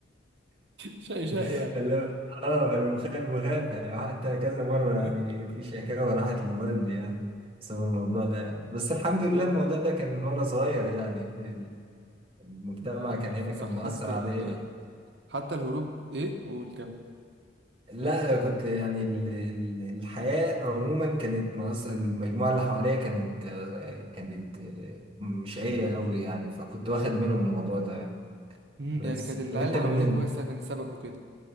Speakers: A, on the right; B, on the right.
A: شقي شقي
B: <laughs>
A: يعني
B: <laughs> اه الوخ- الوغام يعني حتى كذا مرة
A: <laughs>
B: يعني في شكاوى راحت لوالدي يعني بسبب الموضوع ده بس الحمد لله
A: لا
B: الموضوع ده كان من وأنا صغير يعني المجتمع
A: لا لا
B: كان
A: الفسح
B: هنا كان مؤثر
A: حتى
B: عليا
A: ال... حتى الهروب ايه قول كم
B: <laughs> لا كنت يعني ال- ال- الحياة عموما كانت مؤثر المجموعة اللي حواليا كانت آه، كانت آه، مش هي قوي يعني فكنت واخد منهم الموضوع ده يعني
A: مم،
B: بس
A: يعني كانت العيال
B: انت
A: اللي
B: بالنسبة
A: حواليك هو أصلاً كان السبب وكده